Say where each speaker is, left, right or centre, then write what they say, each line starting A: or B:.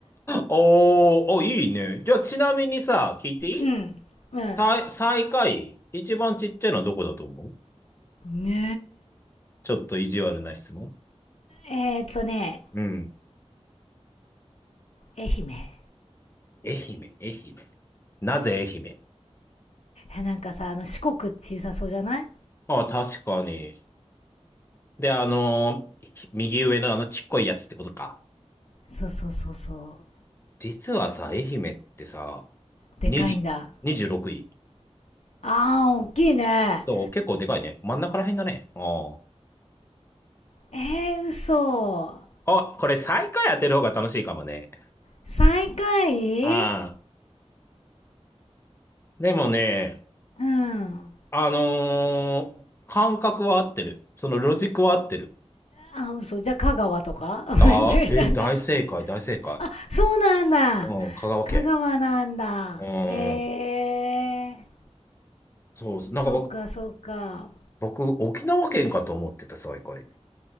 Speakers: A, on the left (about 20°); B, on the left (about 70°).
A: おー、お、いいね。じゃあちなみにさ、聞いていい
B: うん。うん。
A: 最、最下位一番ちっちゃいのはどこだと思う
B: ね
A: ちょっと意地悪な質問。
B: えーっとね、
A: うん。
B: 愛媛。
A: 愛媛、愛媛。なぜ愛媛
B: えなんかさ、あの四国小さそうじゃない
A: あ、確かに。で、あのー右上のあのちっこいやつってことか。
B: そうそうそうそう。
A: 実はさ、愛媛ってさ、
B: でかいんだ。
A: 20、26位。
B: あー、おっきいね。
A: そう、結構でかいね。真ん中らへんだね。あ
B: えー、嘘。
A: あ。あ、これ最下位当てる方が楽しいかもね。
B: 最下位
A: ああ。でもね、
B: うん。
A: あのー感覚は合ってる。そのロジックは合ってる。
B: あ、嘘。じゃあ香川とか <laughs>
A: ああ、
B: 間違え
A: え、
B: <laughs> たんだ。
A: 大正解、大正解。
B: あ、そうなんだ。
A: うん、香川県。
B: 香川なんだ。
A: うん。
B: へえー。
A: そうそう。
B: そっかそっか。
A: なんか僕、僕、沖縄県かと思ってた、最下位。